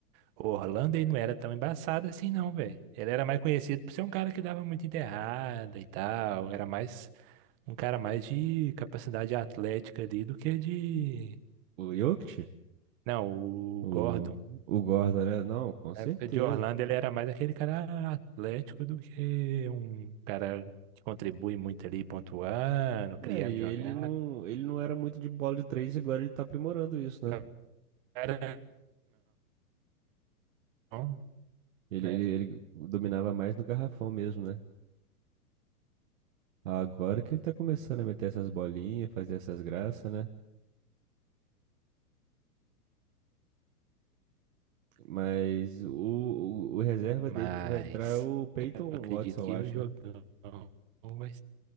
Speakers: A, on the right; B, on the right.
A: Orlando, ele não era tão embaçado assim, não, velho. Ele era mais conhecido por ser um cara que dava muito enterrada e tal. Era mais um cara mais de capacidade atlética ali do que de
B: O Jokic?
A: Não,
B: O,
A: o Gordon,
B: o Gordon, né? Não, com certeza.
A: na época de Orlando, ele era mais aquele cara atlético do que um cara que contribui muito ali, pontuando, criando
B: É, e
A: jogada.
B: ele não, ele não era muito de bola de três, e agora ele tá aprimorando isso, né?
A: Não era, não,
B: Ele,
A: né?
B: ele, ele dominava mais no garrafão mesmo, né? Agora que ele tá começando a meter essas bolinhas, fazer essas graças, né? Mas o, o, o reserva
A: Mas
B: dele que vai entrar é o Peyton
A: eu acredito
B: Watson, eu
A: que
B: acho,
A: o jogão
B: né?
A: vai